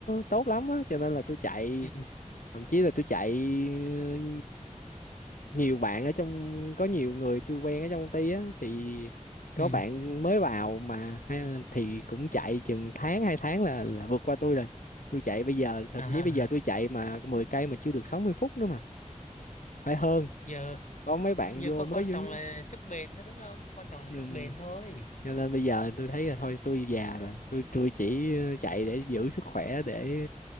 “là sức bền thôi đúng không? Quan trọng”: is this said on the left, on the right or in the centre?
Left